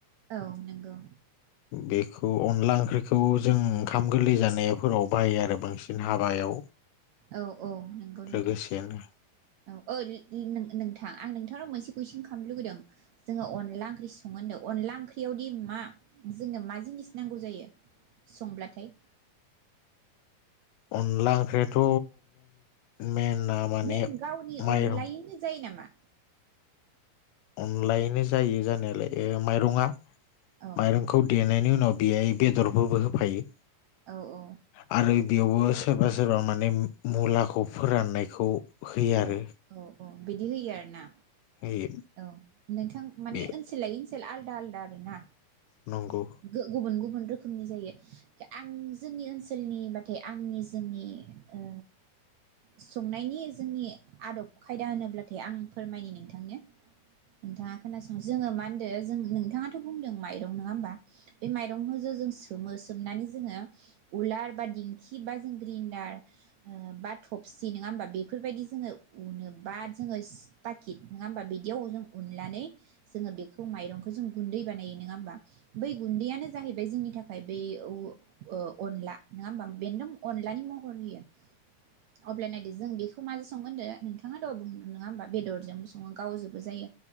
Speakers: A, on the right; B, on the left.
A: औ नंगौ
B: बेखौ अनला ओंख्रिखौ जों ओंखाम गोरलै जानायफोराव बाहायो आरो बांसिन हाबायाव
A: औ औ नंगौ नोंथां
B: लोगोसेनो
A: औ औ नोंथां आं नोंथांनाव मोनसे कुइसन खालामनो लुुबैदों जोङो अनला ओंख्रि सङो होनदों अनला ओंख्रियावदि मा जोंनो मा जिनिस नांगौ जायो संब्लाथाय
B: अनला ओंख्रिथ' मेन माने
A: मेन गावनि
B: माइरं
A: अनलायैनो जायो नामा
B: अनलायैनो जायो जानायालाय माइरङा
A: औ
B: माइरंखौ दे नायनि उनाव बेयाय बेदरफोरबो होफायो
A: औ औ
B: आरो बेयावबो सोरबा सोरबा माने मुलाखौ फोराननायखौ होयो
A: औ
B: आरो
A: औ औ बिदि होयो आरोना
B: होयो
A: औ नोंथां माने
B: बे
A: ओनसोल लायै ओनसोल आलदा आलदा आरो ना
B: नंगौ
A: गुबुन गुबुन गुबुन रोखोमनि जायो आं जोंनि ओनसोल ओनसोलनिबाथाय आंनि जोंनि ओ संनायनि जोंनि आदब खायदा होनोब्लाथाय आं फोरमायनि नोंथांनो नोंथाङा खोनासं जोङो मा होनदो जों नोंथाङाथ' बुंदों माइरं नङा होमबा बे माइरंखौ जो जों सोमो सोमनानै जोङो उलार बा दिंखि बा जों ग्रिन्दार ओ बा थबसि नङा होमबा बेफोरबायदि जोङो उनो बा जोङो पाकिट नङा होमबा बिद बिदियाव जों उननानै जोङो बेखौ माइरंखौ जों गुन्दै बानायो नोङा होमबा बै गुन्दैयानो जाहैबाय जोंनि थाखाय बै ओ अनला नोङा होमबा बेन्दों अनलानि महर होयो अब्लानिया जों बेखौ माजों संगोन होनदो नोंथाङा द' नङा होमा बेदरजों सङो गाव ज जायो